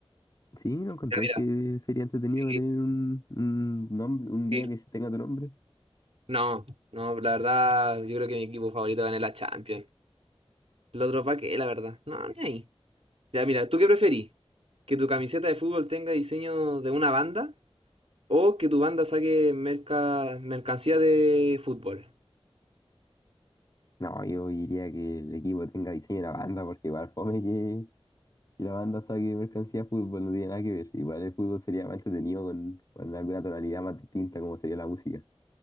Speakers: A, on the left; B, on the right.
A: ¿Sí? ¿No encontráis
B: Ya, mira,
A: que sería entretenido
B: sí,
A: tener un, un nombre, un
B: Sí.
A: día que se tenga tu nombre?
B: No, no, la verdad, yo creo que mi equipo favorito gane la Champions. El otro pa' qué, la verdad. No, ni ahí. Ya, mira, ¿tú qué preferís? ¿Que tu camiseta de fútbol tenga diseño de una banda o que tu banda saque merca- mercancía de fútbol?
A: No, yo diría que el equipo tenga diseño de la banda, porque igual fome que, que la banda saque mercancía de fútbol, no tiene nada que ver. Igual el fútbol sería más entretenido con, con alguna tonalidad más distinta, como sería la música.